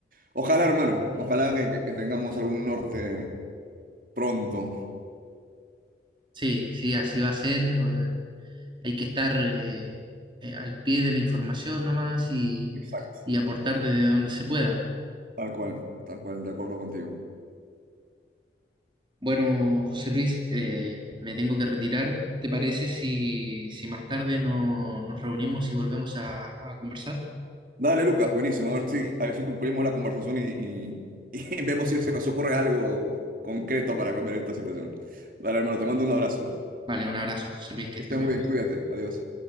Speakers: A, on the right (about 50°); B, on the right (about 25°).
A: ojalá, hermano, ojalá que, que- que tengamos algún norte pronto.
B: Sí, sí, así va a ser. eh, Hay que estar eh, eh, al pie de la información nomás y,
A: Exacto.
B: y aportar desde donde se pueda.
A: Tal cual, tal cual, de acuerdo contigo.
B: Bueno, José Luis, eh, me tengo que retirar. ¿Te parece si, si más tarde no- nos reunimos y volvemos a, a conversar?
A: Dale, Lucas, buenísimo. A ver si, a ver si concluimos la conversación y, y- <laughs> y vemos si se nos ocurre algo concreto para cambiar esta situación. Dale, hermano, te mando un abrazo.
B: Vale, un abrazo, José Luis, que
A: Que
B: esté
A: estés
B: muy
A: muy
B: bien.
A: bien, cuídate. Adiós.